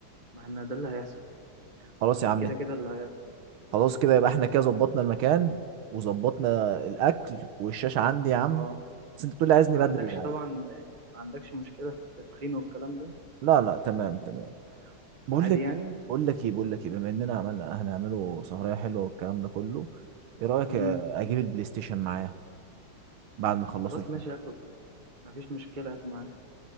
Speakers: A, on the right; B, on the right.
A: ما احنا ده اللي هيحصل
B: خلاص
A: ده
B: يا عم
A: كده كده اللي هيحصل
B: خلاص كده يبقى احنا كده ظبطنا المكان وظبطنا الاكل والشاشه عندي يا عم
A: اه
B: بس انت بتقول لي عايزني
A: ما عندكش
B: بدري يعني.
A: طبعا ما عندكش مشكلة في التدخين والكلام ده
B: لا لا تمام تمام بقول
A: عادي
B: لك
A: يعني
B: إيه- بقول لك ايه بقول لك ايه بما اننا عملنا هنعمله سهريه حلوه والكلام ده كله ايه رايك
A: امم
B: اجيب البلاي ستيشن معايا بعد ما اخلصوا
A: خلاص
B: الفيلم
A: ماشي هاته ما فيش مشكلة هاته معاه